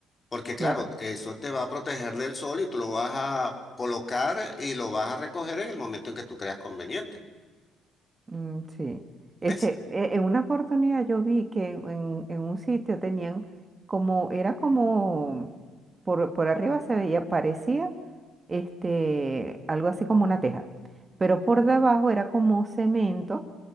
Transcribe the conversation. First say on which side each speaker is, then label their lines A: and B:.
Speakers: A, on the left; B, on the right.
A: Porque
B: Claro.
A: claro, eso te va a proteger del sol y tú lo vas a colocar y lo vas a recoger en el momento en que tú creas conveniente.
B: Mm, sí.
A: ¿Ves?
B: Este, e- en una oportunidad yo vi que en, en- en un sitio tenían como, era como, por, por arriba se veía, parecía este, algo así como una teja, pero por debajo era como cemento